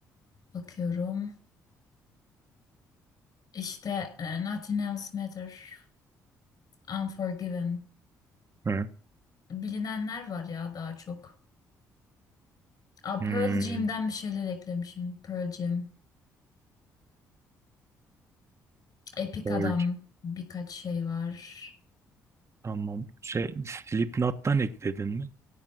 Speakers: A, on the left; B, on the right.
A: Bakıyorum. İşte e, Nothing Else Matter, Unforgiven.
B: Hı.
A: Bilinenler var ya daha çok. Aa, Pearl
B: Hmm.
A: Jam'den bir şeyler eklemişim. Pearl Jam. Epica'dan
B: Purge.
A: birkaç şey var.
B: Tamam. Şey Slipknot'tan ekledin mi?